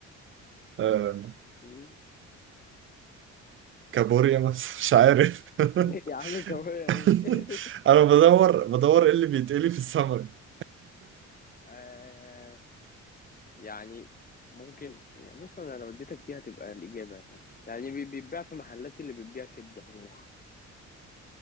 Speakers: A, on the right; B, on the left.
A: آه
B: مم.
A: كابوريا مثلا مش عارف <laughs>
B: <laughs> يا عم كوارع
A: <laughs>
B: ايه <laughs>
A: انا بدور بدور ايه اللي بيتقلي في السمك
B: آه يعني ممكن يعني بص انا لو اديتك دي هتبقى الاجابه يعني يعني بي- بيتباع في محلات اللي بتبيع كبده ومخ